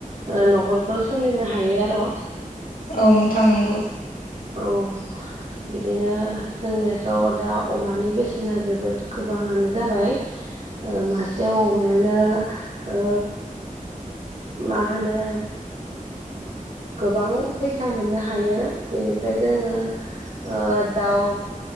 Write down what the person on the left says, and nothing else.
औ नोंथां नंगौ।